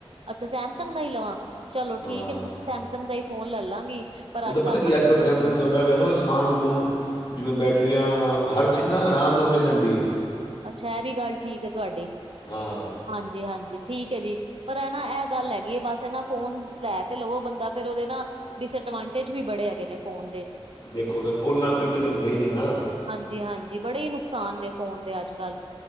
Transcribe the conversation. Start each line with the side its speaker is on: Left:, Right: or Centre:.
Right: ਅੱਛਾ ਸੈਮਸੰਗ ਦਾ ਹੀ ਲਵਾਂ ਚਲੋ
Left: ਹਾਂ
Right: ਠੀਕ ਹੈ ਮੈਂ ਸੈਮਸੰਗ ਦਾ ਹੀ ਫੋਨ ਲੈ ਲਾਂਗੀ ਪਰ
Left: ਉਹੱਦ ਪਤਾ
Right: ਕੱਲ
Left: ਕੀ
Right: ਨਾ
Left: ਅੱਜ ਕੱਲ੍ਹ ਸੈਮਸਗ ਚੱਲਦਾ ਪਿਆ ਨਾ ਸਮਾਨ ਸਮੂਨ ਜਿਵੇਂ ਬੈਟਰੀਆਂ ਹਰ ਚੀਜ਼ ਨਾ ਆਰਾਮ ਨਾਲ ਮਿਲ ਜਾਂਦੀ ਹੈ।
Right: ਅੱਛਾ ਇਹ ਵੀ ਗੱਲ ਠੀਕ ਹੈ ਤੁਹਾਡੀ
Left: ਹਾਂ
Right: ਹਾਂਜੀ ਹਾਂਜੀ ਠੀਕ ਹੈ ਜੀ ਪਰ ਇਹ ਨਾ ਇਹ ਗੱਲ ਹੈਗੀ ਹੈ ਬਸ ਇਹ ਨਾ ਫੋਨ ਲੈ ਤੇ ਲਵੋ ਬੰਦਾ ਫੇਰ ਉਹਦੇ ਨਾ ਡਿਸਐਡਵਾਂਟੇਜ ਵੀ ਬੜੇ ਹੈਗੇ ਨੇ ਫੋਨ ਦੇ
Left: ਦੇਖੋ ਫਿਰ ਫੁੱਲ ਨਾਲ ਕੰਢੇ ਤਾਂ ਹੁੰਦੇ ਹੀ ਨਹੀਂ ਨਾ
Right: ਹਾਂਜੀ ਹਾਂਜੀ ਬੜੇ ਹੀ ਨੁਕਸਾਨ ਨੇ ਫ਼ੋਨ ਦੇ ਅੱਜ ਕੱਲ੍ਹ